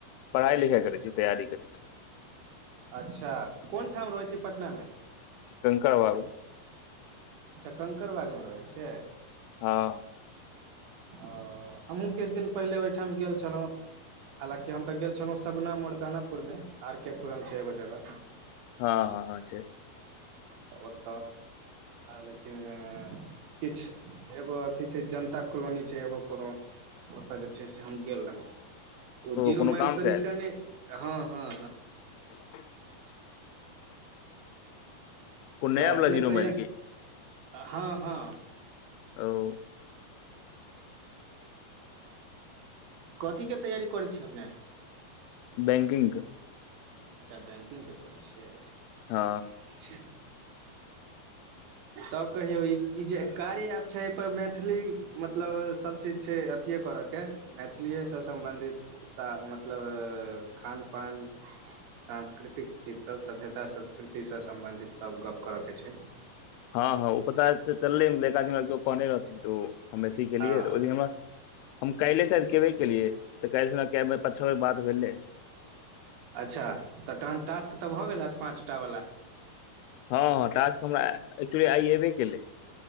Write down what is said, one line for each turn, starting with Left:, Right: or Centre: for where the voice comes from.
Left: पढ़ाई लिखाई करै छै तयी करे छी।
Right: अच्छा कोन ठाम रहैत छै पटना मे
Left: कंकण बग
Right: अच्छा कंकड़बाग मे रहै छियै
Left: ह
Right: ओ हमहूँ किछु दिन पहिले ओहिठा मे गेल छलहुँ हालाँकि हम तऽ गेल छलहूँ सगना मुुरदानापुर मे आर के पुरम छै एगो जगह
Left: हँँ छै
Right: तऽ ओत लेकिन किछु एगो अथि छै जनता कलोनी छै एगो कोनो ओतय जे छै से हम गेल रहौ ओ जीरो
Left: कोनो
Right: माइल
Left: काम
Right: से नीचा
Left: आयल
Right: ने हँ हँ
Left: <inaudible> कोनो नया
Right: तऽ
Left: वाला
Right: अपने
Left: जीरो
Right: तऽ
Left: माइल
Right: इएह
Left: की
Right: हँ
Left: ओह
Right: कथी के तैयारी करै छियै अपने
Left: बैंकिग
Right: अच्छा बैंकिग के करै छियै चलू
Left: हँ
Right: बढ़िआ छै तब कहियौ ई जे कारी आप छै एहिपर मैथिली मतलब सभ चीज छै अथि करऽ के मैथिलिएसँ सम्बन्धित मतलब खान पान सांस्कृतिक चीज सभ सभ्यता संस्कृतिसँ सम्बन्धित सभ गप करय के छै
Left: ह हँ ओ पता चलले एक आदमी के कहने रहथिन तऽ हम अथि गेलियै
Right: हँ
Left: ओलिय हमरा हम काल्हि सँ केबे केलियै तऽ काल्हि कै पा छै बेर बात भेलै
Right: अच्छा तऽ तहन टास्क तऽ भऽ गेल होत पाँचटा वला
Left: ह ह टास्क हमरा एक्चुली आइ एबे केलै